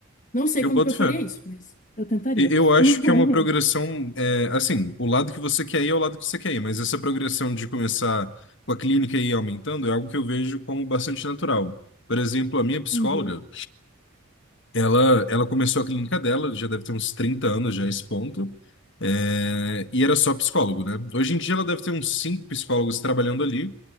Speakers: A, on the left (about 40°); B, on the left (about 60°).
A: Não sei
B: Eu
A: como
B: boto
A: que eu faria
B: fé.
A: isso, mas eu tentaria.
B: E- Eu acho
A: <laughs>
B: que é uma progressão, é, assim, o lado que você quer ir é o lado que você quer ir, mas essa progressão de começar com a clínica e ir aumentando é algo que eu vejo como bastante natural. Por exemplo, a minha psicóloga,
A: Uhum,
B: Ela, ela começou a clínica dela, já deve ter uns 30 anos já a esse ponto, é, e era só psicólogo, né? Hoje em dia ela deve ter uns cinco psicólogos trabalhando ali,